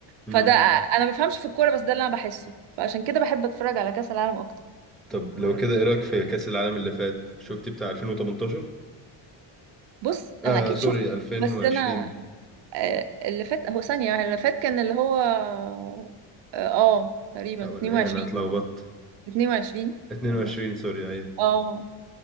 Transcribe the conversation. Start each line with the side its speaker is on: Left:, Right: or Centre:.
Centre: مم.
Right: فده انا ما بفهمش في الكورة بس ده اللي انا بحسه فعشان كده بحب اتفرج على كأس العالم اكتر
Centre: طب لو كده إيه رأيك في كأس العالم اللي فات؟ شفتي بتاع 2018؟
Right: بص
Centre: آه
Right: انا اكيد
Centre: <laughs>
Right: شفت
Centre: سوري 2020
Right: بس انا آه، اللي فات هو ثانية يعني اللي فات كان اللي هو اه آه، تقريبا
Centre: لا ولا
Right: 22
Centre: ايه انا اتلخبطت
Right: 22
Centre: 22
Right: 24
Centre: سوري ايوه
Right: اه